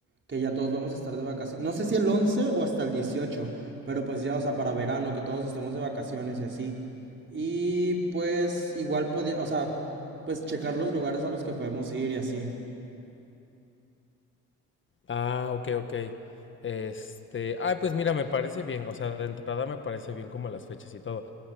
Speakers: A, on the right; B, on the left.
A: que ya todos vamos a estar de vacaciones. No sé si el 11 o hasta el 18, pero pues ya, o sea, para verano, que todos estemos de vacaciones y así. Y pues igual podía, o sea, pues checar los lugares a los que podemos ir y así.
B: Ah, ok, ok. Este, ah, pues mira, me parece bien, o sea, de entrada me parece bien como las fechas y todo,